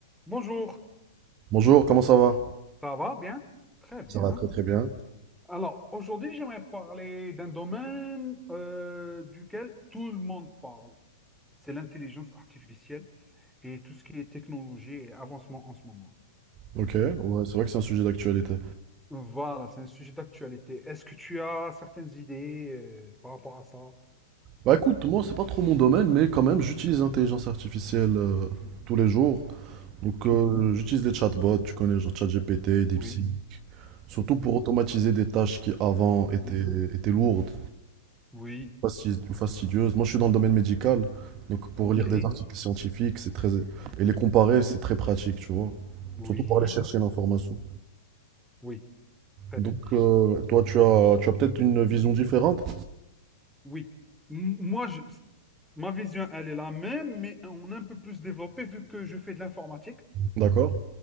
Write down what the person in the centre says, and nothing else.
Bonjour,
ça va bien? Très bien.
Alors, aujourd'hui, j'aimerais parler d'un domaine euh, duquel tout le monde parle. C'est l'intelligence artificielle et tout ce qui est technologie et avancement en ce moment.
Voilà, c'est un sujet d'actualité. Est-ce que tu as certaines idées euh, par rapport à ça?
Oui.
Ok.
Oui,
oui,
oui,
oui.
Ok.
Oui,
oui. Très
bien.
Oui. M- moi, je- Ma vision, elle est la même, mais on a un peu plus développé vu que je fais de l'informatique.